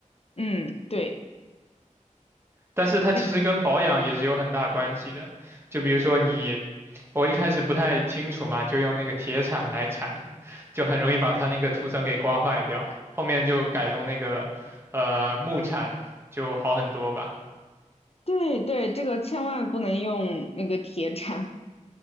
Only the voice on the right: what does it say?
但是它其实跟保养也是有很大关系的，
就比如说你，我一开始不太清楚嘛，就用那个铁铲来铲，就很容易把它那个涂层给刮坏掉。后面就改用那个呃木铲，就好很多吧。